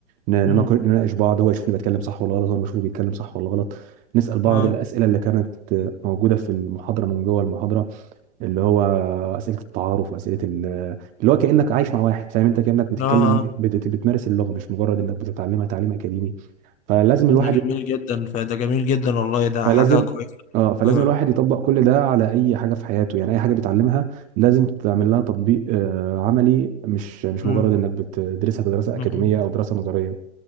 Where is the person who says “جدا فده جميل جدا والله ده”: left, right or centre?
Left